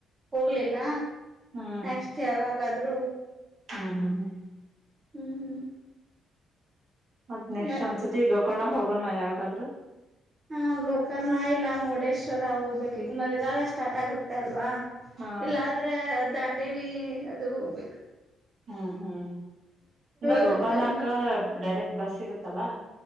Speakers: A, on the right; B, on the right.
A: ಹೋಗ್ಲಿಲ್ಲ.
B: ಹ್ಮ್
A: ನಕ್ಸ್ಟ್ ಯಾವಾಗಾದ ರು
B: ಹ್ಮ್ ಹ್ಮ್ ಹ್ಮ್ <inaudible>
A: ಹ್ಮ್ ಹ್ಮ್
B: ಮತ್ ನೆಕ್ಸ್ಟ್
A: ಬ
B: ಒಂದ್ಸತಿ ಈಗೋಕೋಣ ಹೋಗೋಣ ಯಾವಾಗಾದ್ರೂ.
A: ಹಾ ಗೋಕರ್ಣ ಇಲ್ಲ ಮುರುಡೇಶ್ವರ ಹೋಗ್ಬೇಕು ಈಗ್ ಮಳೆಗಾಲ ಸ್ಟಾರ್ಟ್ ಆಗುತ್ತ್ ಅಲ್ವಾ.
B: ಹಾ
A: ಇಲ್ಲ ಆದ್ರೆ ದಾಂಡ್ ಎಳಿ ಅದು ಹೋಗ್ಬೇಕ್
B: ಹ್ಮ ಹ್ಮ್ ಅಂದ್ರ ಗೋಕರ್ಣಕ
A: ಇರುತ್ತೆ ಅಲ್ಲಿ
B: ಡೈರೆಕ್ಟ್ ಬಸ್ ಸಿಗತ್ತಲ್ಲಾ.